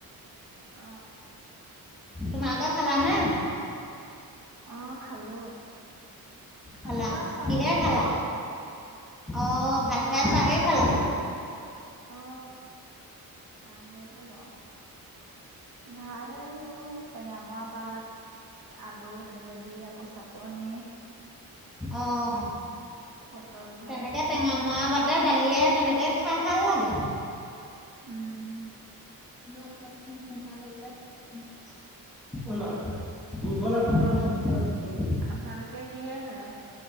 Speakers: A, on the right (about 70°); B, in the centre.
A: অ
B: তোমাৰলোকে খালানে?
A: অঁ খালো।
B: খালা,
A: আমি বাৰু চাহেই
B: কিহে
A: খালো
B: খালা?
A: আও।
B: অ',
A: ভাত
B: খাই চাহে খালা?
A: আ অ চাহে খালো আৰু। ভালেই এইবোৰ টেঙামৰা পাত। আলু তেনেকে দি আকৌ চাটনি-
B: অঁ
A: পটল ফ্ৰাইহে
B: তেনেকে টেঙা মৰা- তা'তে দালিয়া তেনেকে খাই ভাল লাগে।
A: উম'উম।
B: <unintelligible> সেই তো হয়।
A: আপোনালোকে কিহে খালে?